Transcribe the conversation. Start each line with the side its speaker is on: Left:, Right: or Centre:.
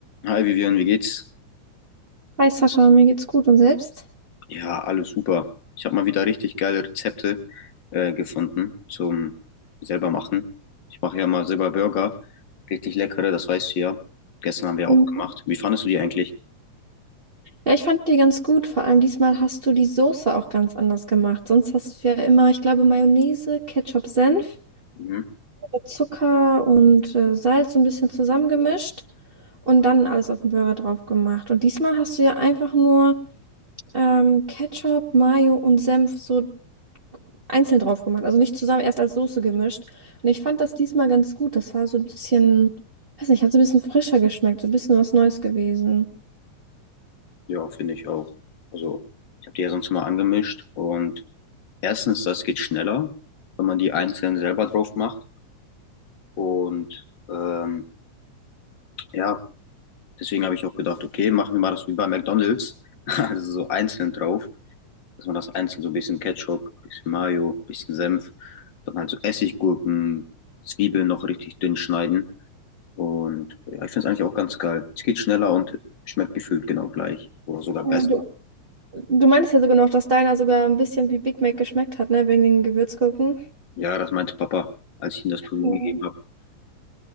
Left: Hi Vivian, wie geht's?
Right: Hi Sascha, mir geht's gut und selbst?
Left: Ja, alles super. Ich habe mal wieder richtig geile Rezepte äh, gefunden zum selber machen. Ich mache ja mal selber Burger, richtig leckere, das weißt du ja. Gestern haben wir
Right: Mhm.
Left: auch gemacht. Wie fandest du die eigentlich?
Right: Ja, ich fand die ganz gut. Vor allem diesmal hast du die Soße auch ganz anders gemacht. Sonst hast du ja immer, ich glaube, Mayonnaise, Ketchup, Senf,
Left: Mhm.
Right: Zucker und äh, Salz so ein bisschen zusammengemischt und dann alles auf den Burger drauf gemacht. Und diesmal hast du ja einfach nur ähm, Ketchup, Mayo und Senf so einzeln drauf gemacht. Also nicht zusammen, erst als Soße gemischt. Und ich fand das diesmal ganz gut. Das war so ein bisschen, weiß nicht, hat so ein bisschen frischer geschmeckt, so ein bisschen was Neues gewesen.
Left: Ja, finde ich auch. Also, ich habe die ja sonst immer angemischt und erstens, das geht schneller, wenn man die einzeln selber drauf macht. Und ähm, ja, deswegen habe ich auch gedacht, okay, machen wir mal das wie bei McDonald's, <laughs> also so einzeln drauf. dass man das einzeln so ein bisschen Ketchup, bisschen Mayo, bisschen Senf, dann halt so Essiggurken, Zwiebeln noch richtig dünn schneiden. Und ja, ich finde es eigentlich auch ganz geil. Es geht schneller und schmeckt gefühlt genau gleich oder sogar
Right: Ja.
Left: besser.
Right: Du meintest ja sogar noch, dass deiner sogar ein bisschen wie Big Mac geschmeckt hat, ne? Wegen den Gewürzgurken.
Left: Ja, das meinte Papa, als ich ihm das Probieren
Right: Ja.
Left: gegeben habe.